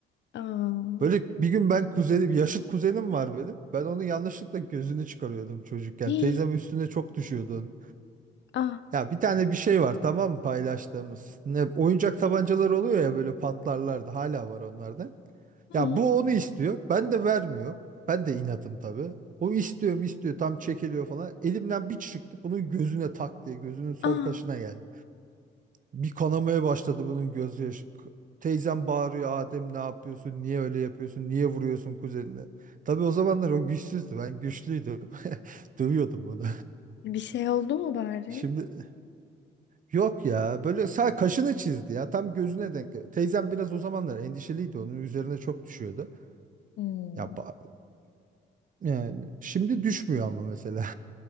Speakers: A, on the left; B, on the right.
A: Aa.
B: Böyle bir gün ben kuzenim, yaşıt kuzenim var benim. Ben onun yanlışlıkla gözünü çıkarıyordum çocukken.
A: <gasps> Hii.
B: Teyzem üstüne çok düşüyordu.
A: Aa.
B: Ya bir tane bir şey var tamam mı paylaştığımız. Ne, oyuncak tabancalar oluyor ya böyle patlarlardı. Hala var onlarda.
A: Hmm.
B: Ya bu onu istiyor. Ben de vermiyorum. Ben de inatım tabii. O istiyorum istiyor tam çekiliyor falan. Elimden bir çıktı bunun gözüne tak diye gözünün sol
A: Aa.
B: kaşına geldi. Bir kanamaya başladı bunun göz yaşı. K- Teyzem bağırıyor Adem ne yapıyorsun? Niye öyle yapıyorsun? Niye vuruyorsun kuzenine? Tabii o zamanlar o güçsüzdü. Ben güçlüydüm. <laughs> Dövüyordum bunu.
A: Bir şey oldu mu bari?
B: Şimdi yok ya böyle sağ kaşını çizdi ya tam gözüne denk geldi. Teyzem biraz o zamanlar endişeliydi onun üzerine çok düşüyordu.
A: Hmm.
B: Ya ba- Yani şimdi düşmüyor ama mesela.